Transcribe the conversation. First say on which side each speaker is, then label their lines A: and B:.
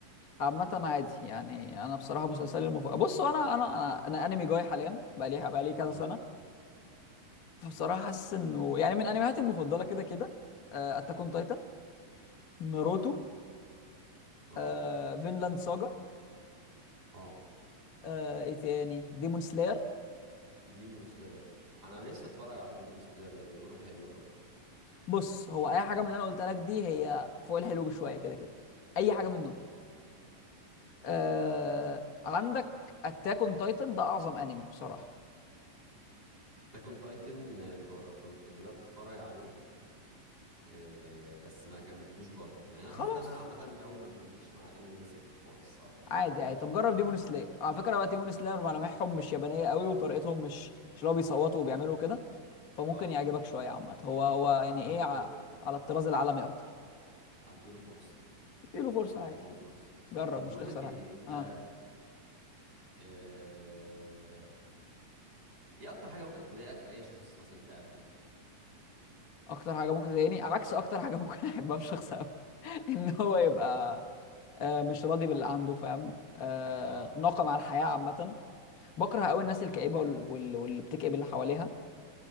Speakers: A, on the left (about 65°); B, on the right (about 25°).
A: عامة
B: ممكن
A: عادي يعني انا بصراحة مسلسلي المفضل بص هو انا انا انا, أنا انمي جاي حاليا بقى لي بقى لي كذا
B: امم
A: سنة فبصراحة حاسس انه يعني من انمياتي المفضلة كده كده اتاك اون تايتن ناروتو
B: اه
A: آه، فينلاند ساجا
B: اه
A: آه، ايه تاني ديمون سلاير
B: ديمون سلاير انا نفسي اتفرج على ديمون سلاير ده بيقولوا حلو قوي
A: بص هو اي حاجة من اللي انا قلتها لك دي هي فوق الحلو بشوية كده كده اي حاجة منهم آه، عندك اتاك اون تايتن ده اعظم انمي بصراحة
B: تاكون تايتن بدأت اتفرج عليه آه، بس ما كملتوش برضه يعني انا
A: خلاص
B: حاسس ان انا عامة الجو ما بيجيش مع الانمي ده سكة خالص الصراحة
A: عادي عادي طب جرب ديمون سلاير على فكره بقى ديمون سلاير ملامحهم مش يابانيه قوي وطريقتهم مش مش اللي هو بيصوتوا وبيعملوا كده فممكن
B: اه
A: يعجبك شويه عامه هو هو يعني
B: هديله
A: ايه ع- على الطراز العالمي اكتر
B: هديله فرصة
A: اديله فرصه عادي
B: هديله فرصة
A: جرب
B: طب
A: مش
B: بقول
A: تخسر
B: لك ايه
A: حاجه
B: انت
A: اه
B: آه، ايه اكتر حاجة ممكن تضايقك في اي شخص مثلا تقابله
A: اكتر حاجه ممكن تضايقني عكس اكتر حاجه ممكن <laughs> احبها في شخص قبل <laughs> ان هو يبقى آه، مش راضي باللي عنده فاهم آه،
B: اه
A: ناقم على الحياه عامه بكره قوي الناس الكئيبه وال- وال- واللي بتكئب اللي حواليها